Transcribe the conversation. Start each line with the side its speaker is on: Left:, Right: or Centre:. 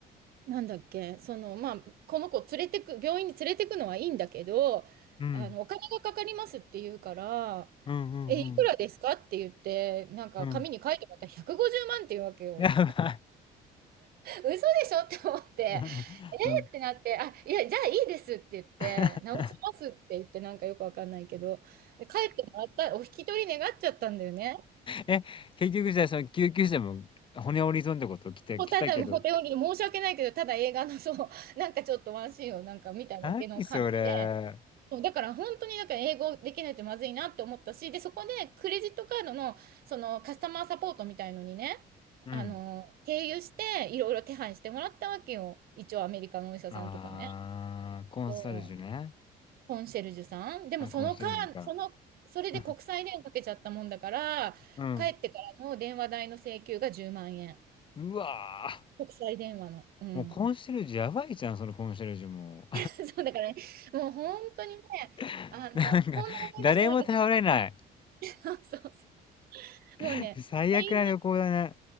Right: なんだっけ、その、まあ、この子連れてく、病院に連れてくのはいいんだけど、
Left: うん。
Right: あの、お金がかかりますって言うから、
Left: うん。うん。うん。
Right: え、いくらですかって言って、なんか紙に書いてもらったら150万って言うわけよ。
Left: うん <laughs> やばい。
Right: 嘘でしょって思って、え
Left: <laughs>
Right: ーってなって、
Left: うん。
Right: あ、いや、じゃあいいですって言って、
Left: <laughs>
Right: 直しますって言って、なんかよくわかんないけど、で帰ってもらった、お引き取り願っちゃったんだよね。
Left: え、結局じゃあ、その救急車も骨折り損ってこと来て、
Right: もうただ、
Left: 来たけど。
Right: ホテルに申し訳ないけど、ただ映画のそう、なんかちょっとワンシーンをなんか見ただけの感じで、
Left: 何それ。
Right: そう、だから本当にだから英語できないとまずいなって思ったし、で、そこでクレジットカードのそのカスタマーサポートみたいのにね、
Left: うん。
Right: あの、経由していろいろ手配してもらったわけよ。一応アメリカのお医者さんとかね。
Left: あー、コンサルジュね。
Right: そうコンシェルジュさん。でもそのか、
Left: あ、コンシェルジュか。
Right: その、それで国際電話かけちゃったもんだから、
Left: <laughs> うん。
Right: 帰ってからの電話代の請求が10万円。
Left: うわー。
Right: 国際電話の。うん。
Left: もうコンシェルジュやばいじゃん、そのコンシェルジュも。
Right: <laughs> そうだからね、もう本当にね、
Left: <laughs>
Right: あの、
Left: なんか、
Right: こんな思い出しかなかっ
Left: 誰も頼れない。
Right: た。<laughs> そうそ
Left: <laughs>
Right: う。もうね、
Left: 最悪な旅行だね。
Right: 大